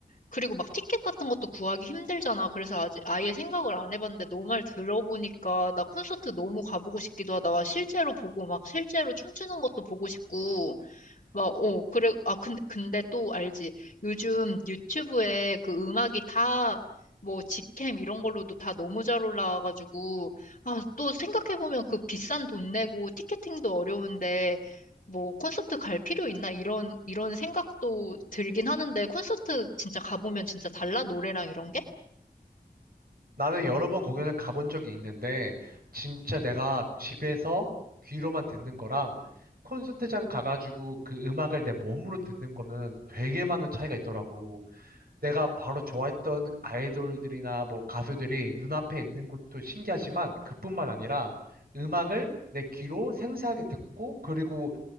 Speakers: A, on the left (about 60°); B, on the right (about 70°).
A: 그리고 막 티켓 같은 것도 구하기 힘들잖아. 그래서 아직 아예 생각을 안 해봤는데, 너 말 들어보니까 나 콘서트 너무 가보고 싶기도 하다. 와, 실제로 보고 막 실제로 춤추는 것도 보고 싶고, 막, 어, 그래, 아, 근데, 근데 또 알지. 요즘 유튜브에 그 음악이 다, 뭐, 직캠 이런 걸로도 다 너무 잘 올라와가지고, 아, 또 생각해보면 그 비싼 돈 내고 티켓팅도 어려운데, 뭐, 콘서트 갈 필요 있나? 이런, 이런 생각도 들긴 하는데, 콘서트 진짜 가보면 진짜 달라? 노래랑 이런 게?
B: 나는 여러 번 공연을 가본 적이 있는데, 진짜 내가 집에서 귀로만 듣는 거랑 콘서트장 가가지고 그 음악을 내 몸으로 듣는 거는 되게 많은 차이가 있더라고. 내가 바로 좋아했던 아이돌들이나 뭐 가수들이 눈앞에 있는 것도 신기하지만, 그뿐만 아니라 음악을 내 귀로 생생하게 듣고, 그리고